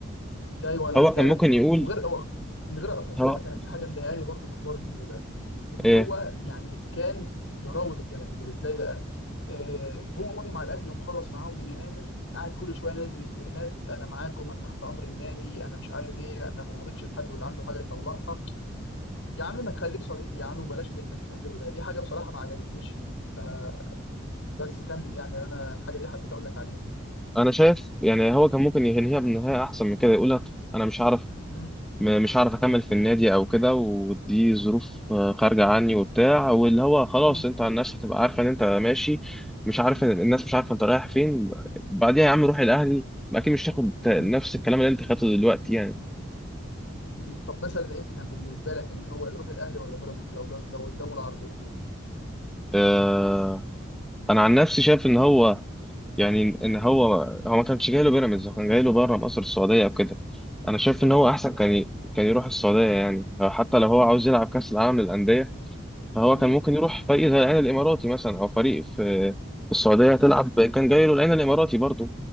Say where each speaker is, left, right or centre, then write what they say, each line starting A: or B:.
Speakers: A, on the left (about 75°); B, in the centre.
A: ده ايوه انا
B: هو
A: فعلا
B: كان ممكن
A: ملاحظ
B: يقول
A: وغير أو من غير اقطع كلامك
B: هو
A: انا في حاجه مضايقاني برضه في حوار زيزو ده ان
B: ايه
A: هو يعني كان بيراود الجماهير ازاي بقى آه وهو ماضي مع الاهلي ومخلص معاهم من يناير قاعد كل شويه ينزل ستوريهات انا معاكم انا تحت امر النادي انا مش عارف ايه انا ما مضيتش لحد واللي عنده حاجه يطلعها يا عم ما تخليك صريح يا عم وبلاش اللي انت بتعمله ده دي حاجه بصراحه ما عجبتنيش فيه فبس كمل يعني انا الحاجه دي حبيت اقول لك عليها
B: انا شايف يعني هو كان ممكن ينهيها بنهاية احسن من كده يقول لها، انا مش هعرف
A: مم.
B: م- مش هعرف اكمل في النادي او كده ودي ظروف آه، خارجة عني وبتاع واللي هو خلاص
A: مم.
B: انت الناس هتبقى عارفة ان انت ماشي مش عارف
A: مم.
B: إن- الناس مش عارفة انت رايح فين بعديها يا عم روح الاهلي اكيد مش تاخد نفس
A: مم.
B: الكلام اللي انت خدته دلوقتي يعني
A: مم. طب مثلا انت كان بالنسبه لك ان هو يروح الاهلي ولا بيراميدز لو جال- لو قدامه العرضين دول
B: آه، انا عن نفسي شايف ان هو يعني ان هو هو ما كانش جاي له بيراميدز هو كان جاي له بره مصر السعوديه او كده انا شايف
A: تمام
B: ان هو احسن كان ي... كان يروح السعوديه يعني حتى لو هو عاوز يلعب كاس العالم للانديه فهو
A: مم.
B: كان ممكن يروح فريق زي العين الاماراتي مثلا او فريق في في السعوديه تلعب كان جاي له العين الاماراتي برضه